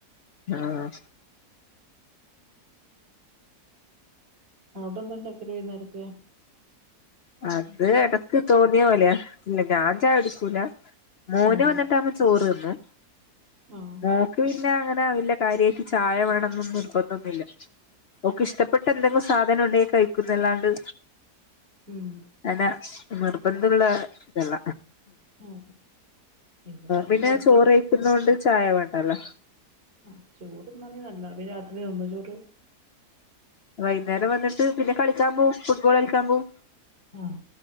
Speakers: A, on the left; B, on the right.
A: ആഹ്
B: അഒടെന്തണ്ടാക്കൽ വൈന്നാരക്കേ?
A: അത് എടക്ക് തോന്നിയ പോലെയ ഇല്ല ഞാൻ ചായൊടിക്കൂല മോന്
B: ഉം
A: വന്നിട്ടാവുമ്പോ ചോറ് തിന്നും.
B: ആഹ്
A: മോക്ക് പിന്നെ അങ്ങനെ വല്ല കാര്യേക്ക് ചായ വേണം എന്നൊന്നും നിർബന്ധന്നുല്ല. ഓക്ക് ഇഷ്ടപ്പെട്ട എന്തെങ്കു സാധനം ഉണ്ടെങ്കി കഴിക്കുന്നല്ലാണ്ട്.
B: ഉം
A: അല്ല നിർബന്ധള്ള ഇതല്ല.
B: ആഹ് ഇവിടെ
A: പിന്നെ
B: നിർബന്ധിച്ച്
A: ചോറ്ഴിക്കുന്നോണ്ട് ചായ വേണ്ടല്ലോ?
B: ആഹ് ചോറ്ന്ന നല്ല പിന്നെ രാത്രി തിന്നോ ചോറ്?
A: വൈന്നേരം വന്ന്ട്ട് പിന്നെ കളിക്കാൻ പോവും ഫുട്ബോൾ കളിക്കാൻ പോവും.
B: ആഹ്